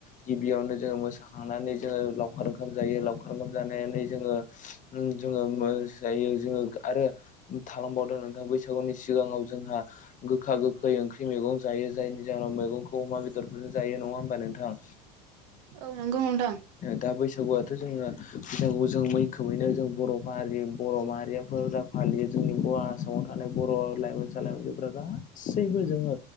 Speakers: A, on the left; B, on the right.
A: गिबियावनो जोङो मोसाखांनानै जोङो लावखार ओंखाम जायो लावखार ओंखाम जानानै जोङो, जोङो मोसायो जोङो आरो थालांबावदों नोंथां, बैसागुनि सिगाङाव जोंहा गोखा गोखै ओंख्रि मैगं जायो जायनि जाहोनाव मैगंखौ अमा बेदरफोरजों जायो नङा होमबा नोंथां?
B: औ नंगौ नोंथां
A: दा बैसागुआथ जोंना बैसागु जों मैखोमैनो जों बर हारि बर माहारियाफोरा फालियो जोंनि बर आसामाव थानाय बर लाइमोनसा, लाइमोनस्रिफोरा गासैबो जोङो